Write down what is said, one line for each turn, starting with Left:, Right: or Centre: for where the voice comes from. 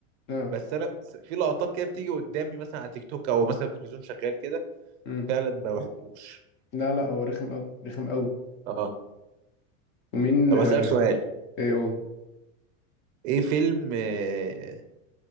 Left: اه
Right: بس انا س- في لقطات كده بتيجي قدامي مثلا على تيك توك او مثلا التلفزيون شغال كده
Left: امم
Right: فعلا ما بحبوش
Left: لا لا هو رخم قوي رخم قوي
Right: اه
Left: ومين
Right: طب
Left: آه،
Right: اسالك سؤال
Left: ايه او
Right: ايه فيلم آه،